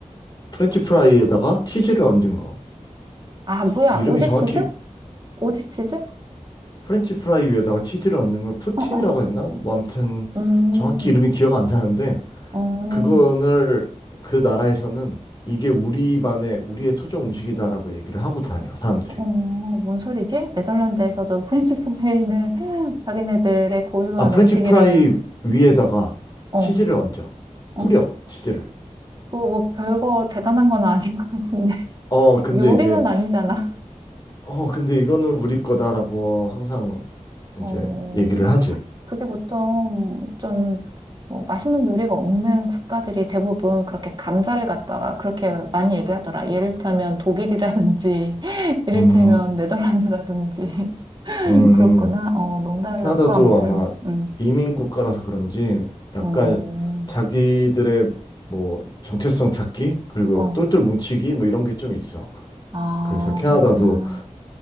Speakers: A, on the left; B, on the right.
A: 프렌치 프라이에다가 치즈를 얹은 거.
B: 아, 뭐야?
A: 그 이름이
B: 오지치즈?
A: 정확히
B: 오지치즈? 어,
A: 프렌치 프라이 위에다가 치즈를 얹는 걸 푸틴이라고
B: 어.
A: 했나? 뭐 아무튼
B: 음,
A: 정확히 이름이 기억 안 나는데
B: 어,
A: 그거를 그 나라에서는 이게 우리만의 우리의 토종 음식이다라고 얘기를 하고 다녀 사람들이.
B: 어, 뭔 소리지? 네덜란드에서도 프렌치프레이는 <laughs> 자기네들의 고유한
A: 아 프렌치
B: 음식이라면,
A: 프라이 위에다가
B: 어,
A: 치즈를 얹어
B: 어,
A: 뿌려 치즈를.
B: 그뭐 별거 대단한 건 아닌 것 같은데.
A: 어
B: <laughs>
A: 근데
B: 요리는
A: 이제
B: 아니잖아.
A: 어, 근데 이거는 우리 거다라고 항상
B: 어,
A: 이제 얘기를 하지.
B: 그게 보통 좀, 뭐, 맛있는 요리가 없는 국가들이 대부분 그렇게 감자를 갖다가 그렇게 많이 얘기하더라. 예를 들면 독일이라든지, <laughs> 이를테면
A: 음,
B: 네덜란드라든지. <laughs>
A: 음,
B: 그렇구나. 어, 농담이었고,
A: 캐나다도
B: 아무튼,
A: 아마
B: 음,
A: 이민 국가라서 그런지 약간
B: 어,
A: 자기들의 뭐 정체성 찾기 그리고
B: 어,
A: 똘똘 뭉치기 뭐 이런 게 좀 있어.
B: 아,
A: 그래서 캐나다도
B: 그렇구나.